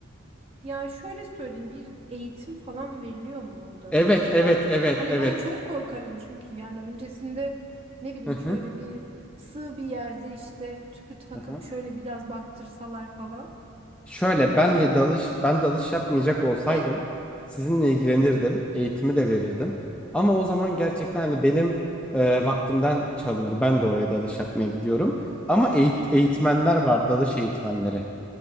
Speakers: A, on the right; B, in the centre.
A: Ya şöyle söyleyeyim bir eğitim falan veriliyor mu orada?
B: Evet,
A: Mesela
B: evet, evet,
A: hani
B: evet.
A: ben çok korkarım çünkü yani öncesinde ne bileyim
B: Hı hı.
A: şöyle bir sığ bir yerde işte tüpü takıp
B: Hı hı.
A: şöyle biraz baktırsalar falan.
B: Şöyle
A: Okey.
B: benle dalış ben dalış yapmayacak olsaydım
A: Ya he.
B: sizinle ilgilenirdim, eğitimi de verirdim. Ama o zaman gerçekten hani benim e, vaktimden çalınır. Ben de oraya dalış yapmaya gidiyorum. Ama eğit- eğitmenler var, dalış eğitmenleri.